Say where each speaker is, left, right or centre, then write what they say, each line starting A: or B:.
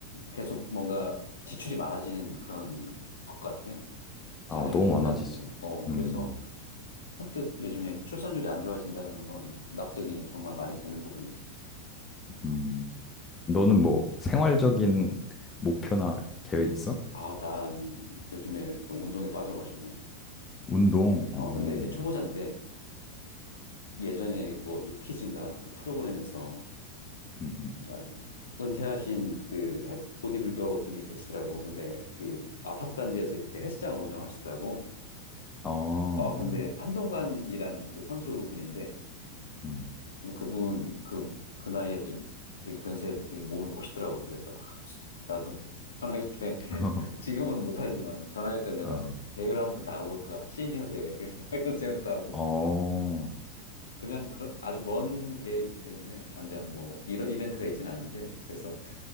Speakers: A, on the left; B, on the left.
A: 계속 뭔가 지출이 많아지는 그런 것 같아.
B: 아
A: 자녀를
B: 너무
A: 키운다는
B: 많아졌어.
A: 게. 어,
B: 음,
A: 그래서 선뜻 요즘에 출산율이 안 좋아진다라는 건 납득이 정말 많이 되는 부분이지.
B: 음. 너는 뭐 생활적인 목표나 계획 있어?
A: 아, 난 요즘에 또 운동에 빠져가지고.
B: 운동. 어,
A: 어, 근데 이제 초보자인데
B: 음,
A: 예전에 뭐 유퀴즈인가 그 프로그램에서
B: 음.
A: 아, 은퇴하신 그 헬- 보디빌더 분이 계시더라고. 근데 그 아파트 단지에서 이렇게 헬스장을 운영하시더라고.
B: 어,
A: 어,
B: 어,
A: 근데 한동관이라는 그 선수분인데
B: 음.
A: 근데 그분 그, 그 나이에도 되게 연세에도 되게 몸이 멋있더라고. 그래서 하, 나도 <laughs> 전화할 때
B: <laughs>
A: 지금은 못하지만 전화할 때 내가
B: 아,
A: 대회를 한번 나가볼까? 시니어 대회를 <laughs> 이런 생각도 하고.
B: 어, 어,
A: 그냥 그런 아주 먼 계획이기 때문에 당장 뭐 이런 이벤트가 있진 않은데 그래서